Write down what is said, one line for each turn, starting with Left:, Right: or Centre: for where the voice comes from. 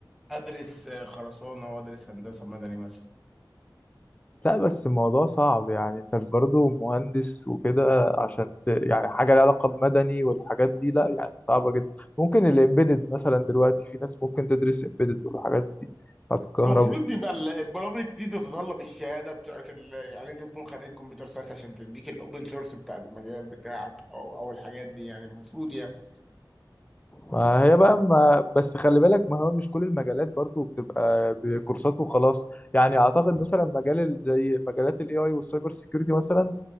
Centre: ادرس خرسانة وادرس هندسة مدني مثلا
Left: لا بس الموضوع صعب يعني انت برضه مهندس وكده عشان ت... يعني حاجه لها علاقه بمدني والحاجات دي لا يعني صعبه جدا ممكن الامبيدد مثلا دلوقتي في ناس ممكن تدرس امبيدد والحاجات دي بتاعت الكهرباء
Centre: المفروض يبقى ال- البرامج دي تتطلب الشهاده بتاعت ال... يعني انت تكون خريج كمبيوتر ساينس عشان تديك الاوبن سورس بتاع المجال بتاعك او او الحاجات دي يعني المفروض يعني
Left: ما هي بقى ما بس خلي بالك ما هو مش كل المجالات برضو بتبقى بكورسات وخلاص يعني اعتقد مثلا مجال ال- زي مجالات الاي اي والسايبر سيكيورتي مثلا